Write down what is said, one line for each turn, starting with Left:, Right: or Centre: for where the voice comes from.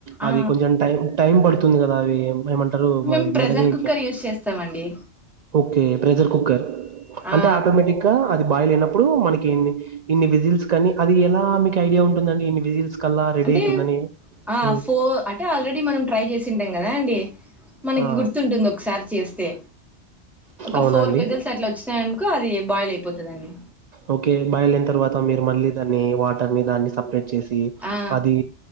Centre: ఆ
Right: అది కొంచం టైమ్ టైమ్ పడు తుంది కదా అవి ఏమంటారు మధ్
Centre: మేము ప్రెజర్
Right: మెదగనీకి
Centre: కుక్కర్ యూస్ చేస్తామండి
Right: కి ప్రెషర్ కుక్కర్
Centre: ఆ
Right: అంటే ఆటోమేటిక్ గా అది బాయిల్ అయినప్పుడు మనకి కిన్ని ఇన్ని విజిల్స్ కానీ అది ఎలా మీకు ఐడియా ఉంటుందండి ఇన్ని విజిల్స్ కల్లా రెడీ
Centre: అంటే
Right: అయితుందని?
Centre: ఆ
Right: హ్మ్.
Centre: ఫోర్ అంటే ఆల్రెడీ మనం ట్రై చేసింటాం కదా అండి మనకి
Right: ఆ!
Centre: గుర్తుంటుంది ఒకసారి చేస్తే ఒక
Right: అవునా
Centre: ఫోర్
Right: అండి?
Centre: వీసిల్స్ అట్లా వచ్చినాయనుకో అది బాయిల్ అయిపోతాదండి
Right: ఓకే బయ్లేన తర్వాత మీరు మళ్ళీ దాన్ని వాటర్ ని దాన్ని సపరేట్ చేస్ తి
Centre: ఆ
Right: అదీ